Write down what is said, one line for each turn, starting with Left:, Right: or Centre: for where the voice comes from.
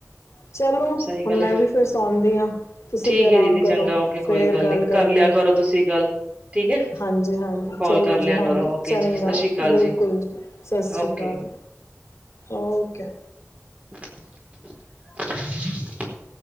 Left: ਚਲੋ
Right: ਸਹੀ
Left: ਹੁਣ
Right: ਗੱਲ
Left: ਮੈਂ
Right: ਹੈ,
Left: ਵੀ ਫਿਰ ਸੌਂਦੀ ਹਾਂ। ਤੁਸੀਂ
Right: ਠੀਕ
Left: ਵੀ ਆਰਾਮ
Right: ਹੈ ਦੀਦੀ ਚੰਗਾ
Left: ਕਰੋ
Right: ਹੋਕੇ
Left: ਫੇਰ
Right: ਕੋਈ ਗੱਲ ਨੀ,
Left: ਕਰਦੇ
Right: ਕਰ ਲਿਆ
Left: ਹਾਂ।
Right: ਕਰੋਂ ਤੁਸੀਂ ਗੱਲ ਠੀਕ ਹੈ
Left: ਹਾਂਜੀ ਹਾਂਜੀ
Right: ਕਾਲ
Left: ਚਲੋ
Right: ਕਰ
Left: ਜੀ
Right: ਲਿਆ
Left: ਹਾਂਜੀ
Right: ਕਰੋ ਓਕੇ
Left: ਚੰਗਾ
Right: ਜੀ ਸਤਿ ਸ੍ਰੀ ਅਕਾਲ
Left: ਬਿਲਕੁੱਲ ਜੀ ਸਤਿ ਸ਼੍ਰੀ
Right: ਓਕੇ
Left: ਅਕਾਲ ਓਕੇ
Right: <unintelligible>